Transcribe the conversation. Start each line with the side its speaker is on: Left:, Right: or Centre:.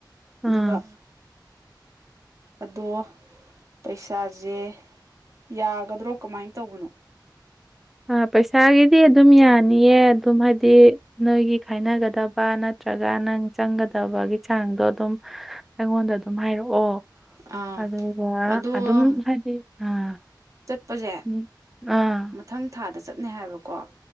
Centre: ꯑꯥ
Right: ꯑꯗꯨꯒ ꯑꯗꯣ ꯄꯩꯁꯥꯁꯦ ꯌꯥꯒꯗ꯭ꯔꯣ ꯀꯃꯥꯏꯅ ꯇꯧꯕꯅꯣ
Centre: ꯑ ꯄꯩꯁꯥꯒꯤꯗꯤ ꯑꯗꯨꯝ ꯌꯥꯅꯤꯌꯦ ꯑꯗꯨꯝ ꯍꯥꯏꯗꯤ ꯅꯣꯏꯒꯤ ꯈꯥꯏꯅꯒꯗꯕ ꯅꯠꯇ꯭ꯔꯒ ꯅꯪ ꯆꯪꯒꯗꯕꯒꯤ ꯆꯥꯡꯗꯣ ꯑꯗꯨꯝ ꯑꯩꯉꯣꯟꯗ ꯑꯗꯨꯝ ꯍꯥꯏꯔꯛꯑꯣ
Right: ꯑꯥ
Centre: ꯑꯗꯨꯒ
Right: ꯑꯗꯣ
Centre: ꯑꯗꯨꯝ ꯍꯥꯏꯗꯤ ꯑꯥ
Right: ꯆꯠꯄꯁꯦ
Centre: ꯎꯝ ꯑꯥ
Right: ꯃꯊꯪ ꯊꯥꯗ ꯆꯠꯅꯦ ꯍꯥꯏꯕꯀꯣ